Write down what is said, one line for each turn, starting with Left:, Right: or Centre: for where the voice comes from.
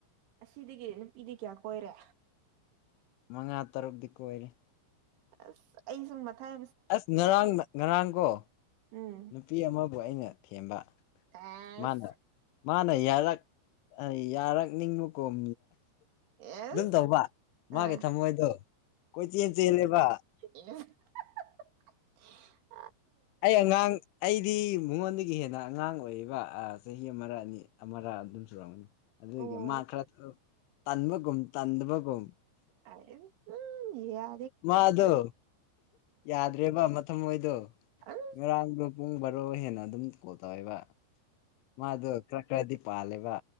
Right: ꯑꯁꯤꯗꯒꯤ ꯅꯨꯄꯤꯗꯤ ꯀꯌꯥ ꯀꯣꯏꯔꯦ
Left: ꯃꯉꯥ ꯇꯔꯨꯛꯇꯗꯤꯤ ꯀꯣꯏꯔꯦ
Right: ꯑꯁ ꯑꯩ ꯁꯨꯝ ꯃꯊꯥꯏ
Left: ꯑꯁ ꯉꯔꯥꯡ ꯉꯔꯥꯡ ꯀꯣ
Right: ꯎꯝ
Left: ꯅꯨꯄꯤ ꯑꯃꯕꯨ ꯑꯩꯅ ꯊꯦꯝꯕ
Right: ꯑꯦꯁ
Left: ꯃꯥꯗ ꯃꯥꯅ ꯌꯥꯔꯛ ꯌꯥꯔꯛꯅꯤꯡꯕ ꯀꯣꯝ
Right: ꯑꯦꯁ
Left: ꯑꯗꯨꯝ ꯇꯧꯕ ꯃꯥꯒꯤ
Right: ꯑꯥ
Left: ꯊꯝꯃꯣꯏꯗꯣ ꯀꯣꯏ ꯆꯦꯜ ꯆꯦꯜꯂꯦꯕ
Right: ꯏ <unintelligible>
Left: ꯑꯩ ꯑꯉꯥꯡ ꯑꯩꯗꯤ ꯃꯉꯣꯟꯗꯒꯤ ꯍꯦꯟꯅ ꯑꯉꯥꯡ ꯑꯣꯏꯔꯤꯕ ꯆꯍꯤ ꯑꯃ ꯑꯅꯤ ꯑꯃꯥ ꯑꯗꯨꯝ ꯁꯨꯔꯝꯒꯅꯤ ꯑꯗꯨꯏꯒꯤ
Right: ꯑꯣ
Left: ꯃꯥ ꯈꯔ ꯇꯟꯕꯒꯨꯝ ꯇꯟꯗꯕꯒꯨꯝ
Right: ꯎ ꯌꯦ
Left: ꯃꯥ ꯑꯗꯨ ꯌꯥꯔ ꯦꯕ ꯃꯇꯝꯍꯣꯏꯗꯣ
Right: ꯑꯁ
Left: ꯉꯔꯥꯡꯗꯣ ꯄꯨꯡ ꯕꯥꯔꯣ ꯍꯦꯟꯅ ꯑꯗꯨꯝ ꯀꯣꯜ ꯇꯧꯋꯦꯕ ꯃꯥ ꯑꯗꯨ ꯀ꯭ꯔ ꯀ꯭ꯔꯗꯤ ꯄꯥꯜꯂꯦꯕ